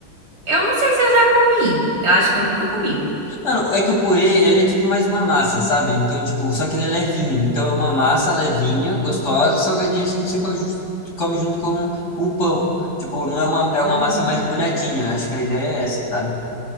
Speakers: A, on the right; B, on the left.
A: Eu não sei se eu já comi. Eu acho que eu nunca comi.
B: Mano, é que o purê, ele é tipo mais uma massa, sabe? Então, tipo, só que ele é levinho. Então, é uma massa levinha, gostosa, salgadinha, assim, que você co- jus- come junto com, com o pão. Tipo, não é uma, é uma
A: Uhum.
B: massa mais molhadinha. Acho que a ideia é essa, sabe?